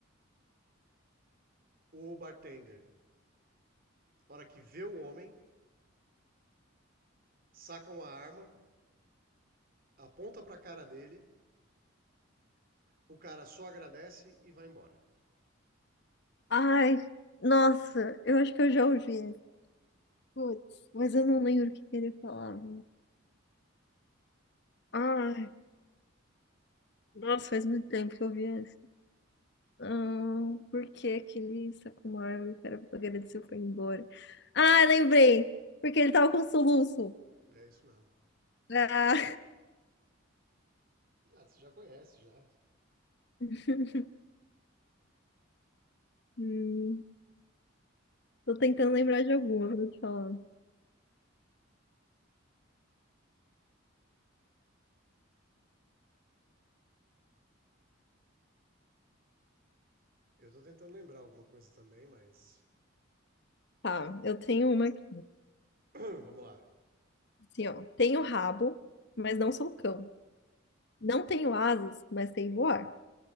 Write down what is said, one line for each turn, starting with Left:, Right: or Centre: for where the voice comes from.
Right: o bartender, na hora que vê o homem, saca uma arma, aponta pra cara dele, o cara só agradece e vai embora.
Left: Ai, nossa, eu acho que eu já ouvi. Putz, mas eu não lembro o que que ele falava. Ai, nossa, faz muito tempo que eu vi esse. Ah, por que aquele Sakumaru, o cara agradeceu, foi embora? Ah, lembrei! Porque ele tava com um soluço.
Right: É isso mesmo.
Left: Ah.
Right: Ah, você já conhece já.
Left: <laughs> Hum, tô tentando lembrar de alguma, vou te falar.
Right: Eu tô tentando lembrar alguma coisa também, mas.
Left: Tá, eu tenho uma aqui.
Right: <clears throat> Vamos lá.
Left: Assim, ó, tenho rabo, mas não sou cão. Não tenho asas, mas sei voar.